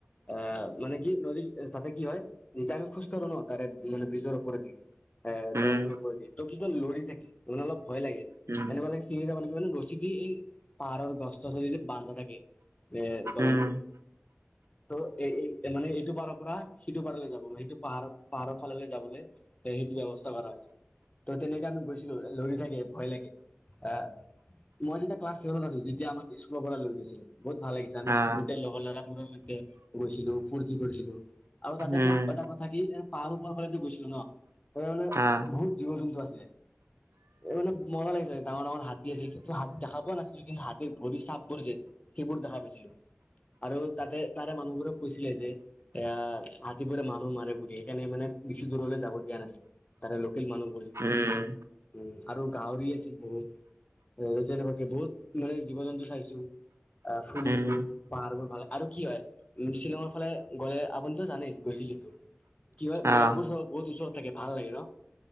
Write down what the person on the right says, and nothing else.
উম
উম
উম
অ
উম
অ
উম
উম
অ